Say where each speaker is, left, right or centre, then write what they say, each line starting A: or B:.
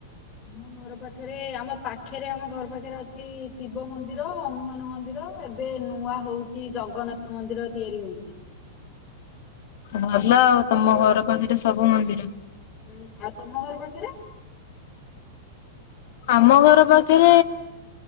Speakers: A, on the left; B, on the left.
A: ଆମ ଘର ପାଖରେ ଆମ ପାଖରେ ଆମ ଘର ପାଖରେ ଅଛି ଶିବ ମନ୍ଦିର, ହନୁମାନ ମନ୍ଦି ର, ଏବେ ନୂଆ ହଉଛି ଜଗନ୍ନାଥ ମନ୍ଦିର ତିଆରି ହଉଛି।
B: ଭଲ ଆଉ ତମ ଘର ପାଖରେ ସବୁ ମନ୍ଦିର।
A: ହୁଁ। ଆଉ ତମ ଘର ପାଖରେ?
B: ଆମ ଘର ପାଖେରେ